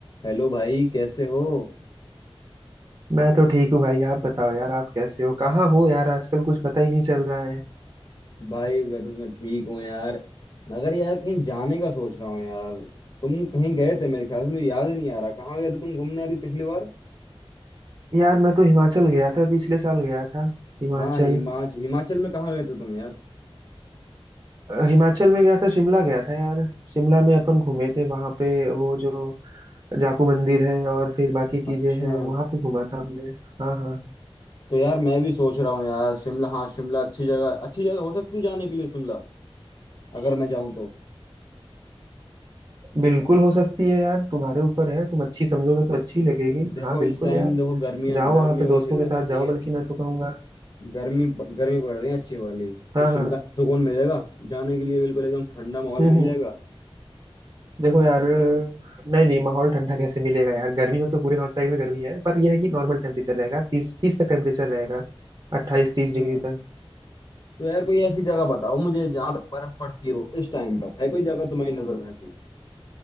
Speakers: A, on the left (about 45°); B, on the right (about 40°).
A: Hello भाई कैसे हो
B: मैं तो ठीक हूँ भाई आप बताओ यार आप कैसे हो कहाँ हो यार आजकल कुछ पता ही नहीं चल रहा है
A: भाई मैं तो मैं ठीक हूँ यार मगर यार कहीं जाने का सोच रहा हूँ यार तुम कहीं गए थे मेरे ख्याल से मुझे याद ही नहीं आ रहा कहाँ गए थे तुम घूमने अभी पिछली बार
B: यार मैं तो हिमाचल गया था पिछले साल गया था हिमाचल
A: हाँ हिमाचल हिमाचल में कहाँ गए थे तुम यार
B: अ, हिमाचल में गया था शिमला गया था यार शिमला में अपन घूमे थे वहाँ पे वो जो जाकू मंदिर है और फिर बाकी
A: अच्छा
B: चीजें हैं वहाँ पे घूमा था हमने हाँ हाँ
A: तो यार मैं भी सोच रहा हूँ यार शिमला हाँ शिमला अच्छी जगह अच्छी जगह हो सकती है जाने के लिए शिमला अगर मैं जाऊँ तो
B: बिल्कुल हो सकती है यार तुम्हारे ऊपर है तुम अच्छी समझोगे तो अच्छी लगेगी
A: देखो
B: हाँ बिल्कुल
A: इस टाइम
B: यार
A: देखो गर्मी
B: जाओ वहाँ
A: गर्मियों
B: पे दोस्तों
A: का सीजन
B: के साथ
A: है ठीक
B: जाओ
A: है
B: बल्कि मैं तो कहूँगा
A: गर्मी गर्मी पड़ रही है अच्छी वाली
B: हाँ
A: तो शिमला
B: हाँ
A: में सुकून मिलेगा जाने के लिए बिल्कुल एकदम ठंडा माहौल
B: हम्म
A: मिल
B: हम्म
A: जाएगा
B: देखो यार नहीं नहीं माहौल ठंडा कैसे मिलेगा यार गर्मी में तो पूरे नॉर्थ साइड में गर्मी है पर यह है कि नॉर्मल टेम्परेचर रहेगा तीस तीस तक टेम्परेचर रहेगा अट्ठाईस
A: अच्छा
B: तीस डिग्री तक
A: तो यार कोई ऐसी जगह बताओ मुझे जहाँ पे बर्फ पड़ती हो इस टाइम पर है कोई जगह तुम्हारी नजर में ऐसी